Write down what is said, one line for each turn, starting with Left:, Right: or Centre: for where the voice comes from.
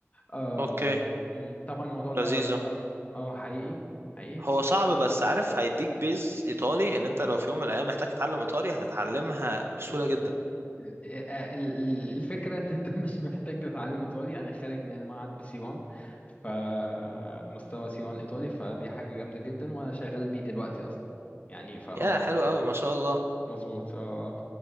Left: آه
Right: اوكي
Left: مم، طبعا الموضوع ده
Right: لذيذة
Left: صعب اه حقيقي حقيقي
Right: هو صعب بس عارف هيديك بيز ايطالي ان انت لو في يوم من الايام محتاج تتعلم ايطالي هتتعلمها بسهولة جدا
Left: ال- الفكرة ان انت مش محتاج تتعلم ايطالي انا خارج من معهد بسي 1 فمستوى سي 1 ايطالي فدي حاجة جامدة جدا وانا شغال بيه دلوقتي اصلا يعني فاه
Right: يا حلو قوي ما شاء الله
Left: مظبوط آه.